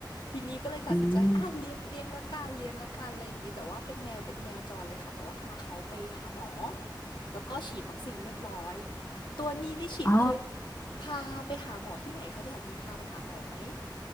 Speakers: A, on the left; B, on the left.
A: ทีนี้ก็เลยตัดสินใจอ่ะเลี้ยงเลี้ยงละกันเลี้ยงละกันอะไรอย่างนี้แต่ว่าเป็นแมวเป็นแมวจรเลยค่ะแต่ว่าพาเขาไปหาหมอ
B: อืม
A: แล้วก็ฉีดวัคซีนเรียบร้อยตัวนี้นี่ฉีดเคย
B: อ๋อ
A: พาไปหาหมอที่ไหนเขาเนี่ยมีพาไปหาหมอไหม